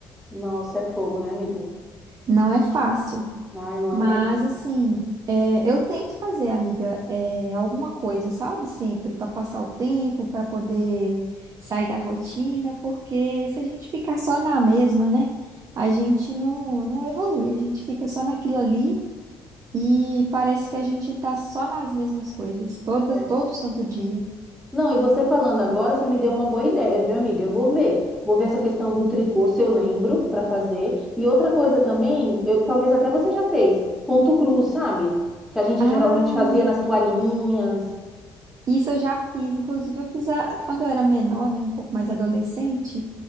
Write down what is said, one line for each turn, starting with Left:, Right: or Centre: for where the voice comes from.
Centre: Nossa, é fogo, né, amiga?
Right: Não é fácil.
Centre: Ai, não
Right: Mas
Centre: é mesmo?
Right: assim, é, eu tento fazer, amiga, é, alguma coisa, sabe? Sempre para passar o tempo, para poder sair da rotina, porque se a gente ficar só na mesma, né? A gente não, não evolui, a gente fica só naquilo ali e parece que a gente tá só nas mesmas coisas, todo,
Centre: É.
Right: todo santo dia.
Centre: Não, e você falando agora, você me deu uma boa ideia, viu, amiga? Eu vou ver. Vou ver essa questão do tricô, se eu lembro, para fazer. E outra coisa também, eu, talvez até você já fez, ponto cruz, sabe? Que a gente
Right: Ah,
Centre: geralmente fazia nas toalhinhas.
Right: isso eu já fiz, inclusive eu fiz a- quando eu era menor, né? Um pouco mais adolescente,